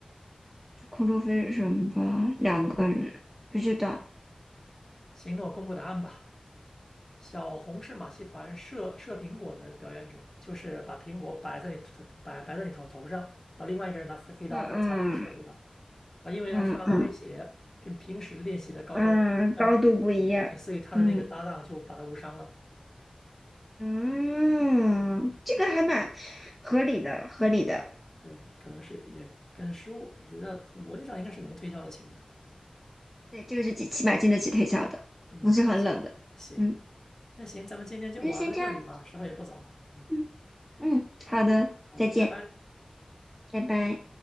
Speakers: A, in the centre; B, on the left (about 25°).
A: 就空中飞人吧，两个人不知道。
B: 行，那我公布答案吧。小红是马戏团射射苹果的表演者，就是把苹果摆在你头摆摆在你头头上，然后另外一个人拿飞飞刀或者枪去射，
A: 嗯嗯
B: 对吧？啊，因为他穿了高跟鞋，
A: 嗯嗯。
B: 跟平时练习的高高不一样，
A: 嗯，高度不一样，
B: 对所以他的那个搭档就把他误伤了。
A: 嗯嗯，这个还蛮合理的，合理的。
B: 对，可能是也跟失误，我觉得从逻辑上应该是能推敲得清的。
A: 对，这个是几起码经得起推敲的，
B: 嗯，
A: 不是很冷的。
B: 行，
A: 嗯，
B: 那行，咱们今天就玩到这里吧，
A: 那就先这样。
B: 时候也不早了。嗯，
A: 嗯嗯，好的，
B: 好的，
A: 再见，
B: 拜拜。
A: 拜拜。